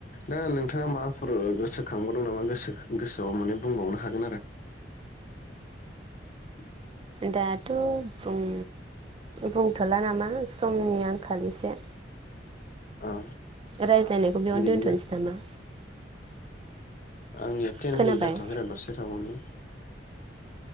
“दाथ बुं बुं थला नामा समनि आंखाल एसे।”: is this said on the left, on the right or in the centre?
Right